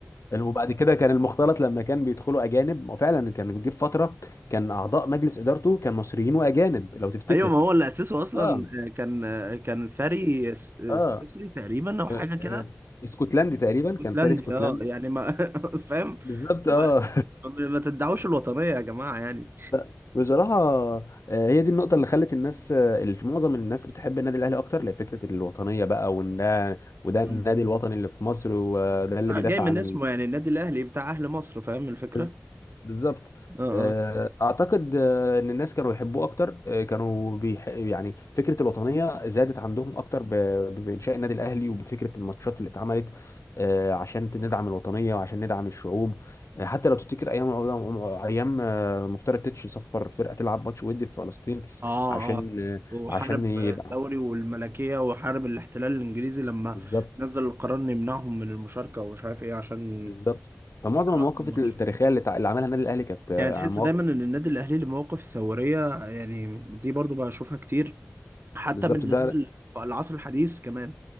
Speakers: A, on the left; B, on the right.
A: وبعد كده كان المختلط لما كان بيدخلوا اجانب وفعلا كان بيجي في فتره كان اعضاء مجلس ادارته كان مصريين واجانب لو تفتكر
B: ايوه ما هو اللي اسسه اصلا
A: اه
B: آه، كان آه، كان فري س- آه،
A: اه
B: سويسري تقريبا او حاجه
A: آه،
B: كده
A: آه، اسكتلندي تقريبا كان
B: اسكتلندي
A: ساري اسكتلندي
B: اه يعني ما <laughs> فاهم
A: بالظبط
B: وما-
A: اه
B: ما تدعوش
A: <laughs>
B: الوطنيه يا جماعه يعني
A: لا، بصراحة آه، هي دي النقطة اللي خلت الناس آه، ال- معظم الناس بتحب النادي الأهلي أكتر لفكرة الوطنية بقى وإن ده وده
B: مم.
A: النادي الوطني اللي في مصر وده اللي
B: آه،
A: بيدافع
B: جاي من
A: عن
B: اسمه يعني النادي الاهلي بتاع اهل مصر فاهم الفكره
A: بز- بالظبط
B: اه
A: آه،
B: آه.
A: اعتقد آه، ان الناس كانوا يحبوه اكتر آه، كانوا بيح... يعني فكره الوطنيه زادت عندهم اكتر ب... ب- بانشاء النادي الاهلي وبفكره الماتشات اللي اتعملت آه، عشان ندعم الوطنيه وعشان ندعم الشعوب آه، حتى لو تفتكر ايام عو- ايام آه، مختار التتش صفر فرقه تلعب ماتش ودي في فلسطين
B: اه
A: عشان
B: اه
A: آه،
B: وحارب
A: عشان يدعم
B: الدوري والملكية وحارب الاحتلال الانجليزي لما
A: بالظبط
B: نزل القرار انه يمنعهم من المشاركة ومش عارف ايه عشان
A: بالظبط فمعظم
B: يلعبوا
A: المواقف
B: في الماتش
A: التاريخيه اللي تع- اللي عملها النادي الاهلي كانت آه،
B: يعني تحس
A: مواقف
B: دايما ان النادي الاهلي له مواقف ثورية يعني دي برضو بشوفها كتير حتى
A: بالظبط
B: بالنسبة
A: ده
B: للعصر الحديث كمان